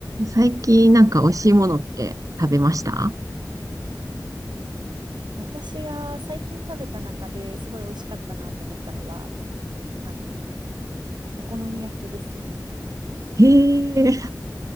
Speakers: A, on the right (about 50°); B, on the right (about 80°).
A: 最近なんか美味しいものって食べました
B: 私が最近食べた中ですごい美味しかったなと思ったのは、あの、お好み焼きですね。
A: へえ、